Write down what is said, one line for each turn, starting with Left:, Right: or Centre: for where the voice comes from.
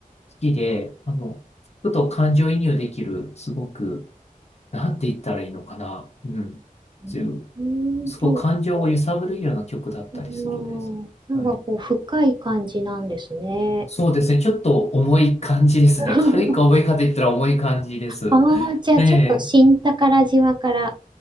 Left: きで、あの、ちょっと感情移入できる、すごく、なんて言ったらいいのかな。うん。
Right: うん、
Left: そういう、すごく感情を揺さぶるような曲だったりするです。
Right: なんかこう、うん、なんかこう、
Left: はい。
Right: 深い感じなんですね。
Left: そうですね。ちょっと重い感じですね。
Right: <laughs>
Left: 軽いか重いかで言ったら重い感じです。
Right: ああ、じゃあちょっと新宝島から
Left: ええ。